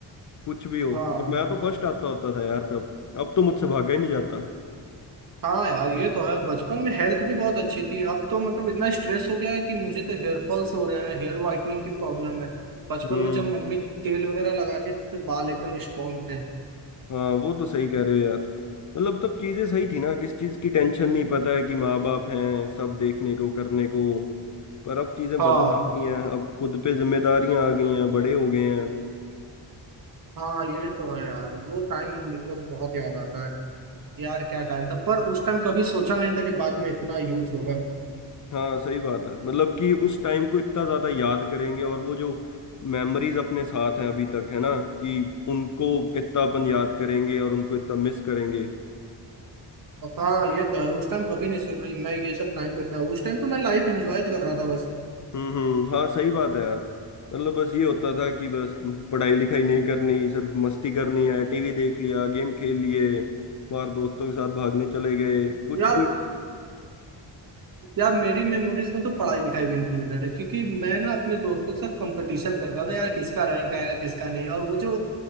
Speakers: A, on the left (about 40°); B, on the right (about 45°).
A: कुछ भी हो
B: हाँ
A: और मैं तो फर्स्ट आता होता था यार तब अब तो मुझसे भागा ही नहीं जाता
B: हाँ यार ये तो है बचपन में हेल्थ भी बहुत अच्छी थी अब तो मतलब इतना स्ट्रेस हो गया है कि मुझे तो हेयर फॉल्स हो रहे हैं हेयर वाइटनिंग की प्रॉब्लम है बचपन
A: हम्म
B: में जब मम्मी तेल वगैरह लगाती थी तो बाल एकदम स्ट्रांग थे
A: हाँ वो तो सही कह रहे हो यार मतलब तब चीजें सही थी ना किस चीज की टेंशन नहीं पता है कि माँ बाप हैं सब देखने को करने को पर अब चीजें
B: हाँ
A: बदल चुकी हैं अब खुद पे जिम्मेदारियां आ गई हैं बड़े हो गए हैं
B: हाँ ये तो है यार वो टाइम मतलब बहुत याद आता है यार क्या टाइम था पर उस टाइम कभी सोचा नहीं था कि बाद में इतना यूज होगा
A: हाँ सही बात है मतलब कि उस टाइम को इतना ज्यादा याद करेंगे और वो जो मेमोरीज अपने साथ हैं अभी तक है ना कि उनको इतना अपन याद करेंगे और उनको इतना मिस करेंगे
B: हाँ ये तो है उस टाइम कभी नहीं सोच रही मैं ये सब टाइम पे इतना उस टाइम तो मैं लाइफ एंजॉय कर रहा था बस
A: हम्म हम्म हाँ सही बात है यार मतलब बस ये होता था कि बस पढ़ाई लिखाई नहीं करनी सिर्फ मस्ती करनी है टीवी देख लिया गेम खेल लिए बाहर दोस्तों के साथ भागने चले गए कुछ
B: यार
A: भी
B: यार मेरी मेमोरीज में तो पढ़ाई लिखाई भी इंक्लूडेड है क्योंकि मैं ना अपने दोस्तों के साथ कंपटीशन करता था यार किसका रैंक आएगा किसका नहीं और वो जो